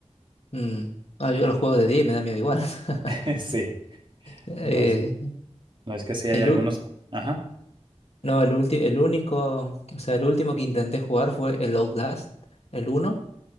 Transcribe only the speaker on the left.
mm. Ah, yo los juego de 10 y me da miedo igual. <laughs>
Eh,
el,
u-
no, el ulti- el único, o sea, el último que intenté jugar fue el Outlast, el uno